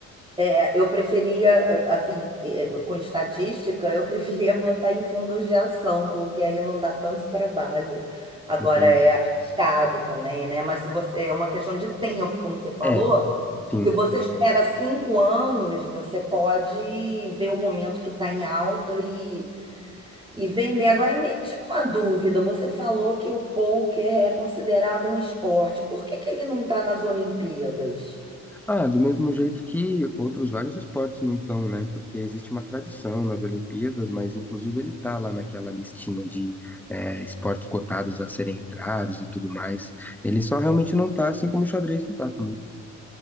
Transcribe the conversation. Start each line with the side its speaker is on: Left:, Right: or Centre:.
Right: é, eu preferia, eh, assim, eh, com estatística, eu preferia <laughs> botar em fundos de ação, porque aí não dá tanto trabalho. Agora
Centre: Entende?
Right: é arriscado também, né? Mas se você, é uma questão de tempo, como você falou.
Centre: É, sim.
Right: Se você espera cinco anos, você pode ver o momento que está em alta e, e vender. Agora, me tira uma dúvida. Você falou que o pôquer é considerado um esporte. Por que que ele não está nas Olimpíadas?
Centre: Ah, do mesmo jeito que outros vários esportes não estão, né? Porque existe uma tradição nas Olimpíadas, mas inclusive ele tá lá naquela listinha de é, esportes cotados a serem entrados e tudo mais. Ele só realmente não tá, assim como o xadrez não tá também.